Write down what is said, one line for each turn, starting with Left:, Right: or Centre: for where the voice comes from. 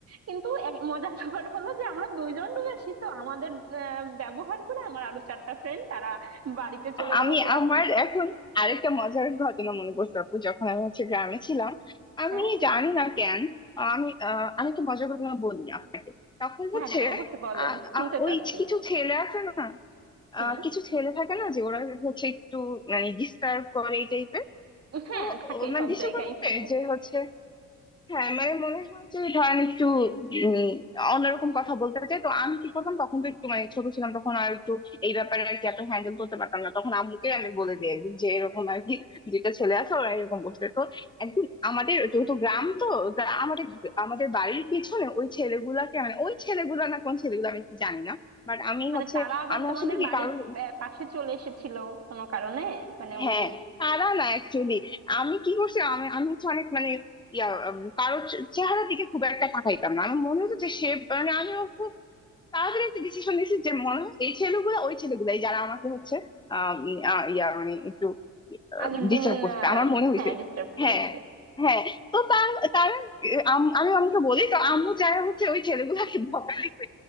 Right: কিন্তু এক মজার ব্যাপার হলো যে আমরা দুইজন ডুবেছি তো আমাদের আহ, ব্যবহার করে আমার আরো চারটা ফ্রেন্ড তারা বাড়িতে চলে গেল
Left: আমি
Right: ক্লাস
Left: আমার
Right: মিস
Left: এখন আরেকটা মজার ঘটনা মনে পড়ছে আপু যখন আমি হচ্ছে গ্রামে ছিলাম আমি
Right: হ্যাঁ কি
Left: জানি না কেন আমি আহ, আমি একটা মজার ঘটনা বলি আপ- তখন
Right: হ্যাঁ
Left: হচ্ছে
Right: হ্যাঁ অবশ্যই বলো
Left: আ-
Right: আমি শুনতে
Left: আ- ওই
Right: চাচ্ছি
Left: কিছু ছেলে আছে না
Right: হুম
Left: আহ, কিছু ছেলে থাকে না যে ওরা হচ্ছে একটু মানে ডিস্টার্ব করে এই টাইপের
Right: হ্যাঁ
Left: তো
Right: থাকে
Left: ও- মানে
Right: সব
Left: ডিস্টার্ব
Right: জায়গায়
Left: করবে
Right: থাকে
Left: যে হচ্ছে হ্যাঁ মানে মনে হয় যে ধরেন একটু উম, অন্যরকম কথা বলতে চাই তো আমি কি করতাম তখন তো একটু মানে ছোট ছিলাম তখন আর একটু এই ব্যাপারে আর কি এত হ্যান্ডেল করতে পারতাম না তখন আম্মুকে আমি বলে দিই একদিন যে এরকম আর কি দুইটা ছেলে আছে ওরা এরকম করছে তো একদিন আমাদের যেহেতু গ্রাম তো গ্রা- আমাদের আমাদের বাড়ির পিছনে ওই ছেলেগুলাকে মানে ওই ছেলেগুলা না কোন ছেলেগুলো আমি জানি না বাট আমি
Right: মানে
Left: হচ্ছে
Right: তারা আবার
Left: আমি
Right: তোমাদের
Left: আসলে কি
Right: বাড়ির
Left: কারোর
Right: পা- পাশে চলে এসেছিল কোনো কারণে মানে
Left: হ্যাঁ
Right: ওই
Left: তারা না অ্যাকচুয়ালি আমি কি করছি আমি আমি হচ্ছে অনেক মানে ইয়া উম, কারো চে- চেহারার দিকে খুব একটা তাকাইতাম না আমার মনে হতো যে সে মানে আমি তাড়াতাড়ি একটা ডিসিশন নিয়েছি যে মনে হয় এই ছেলেগুলো ওই ছেলেগুলাই যারা আমাকে হচ্ছে আহ, উম, আহ, ইয়া মানে একটু
Right: আগের
Left: ডিস্টার্ব
Right: দিন
Left: করছে
Right: আহ,
Left: আমার মনে হয়েছে
Right: হ্যাঁ ডিস্টার্ব করেছে
Left: হ্যাঁ হ্যাঁ তো তার তারা আহ, আম- আমি আম্মুকে বলি তো আম্মু যারা হচ্ছে ওই ছেলেগুলাকে বকা দিচ্ছে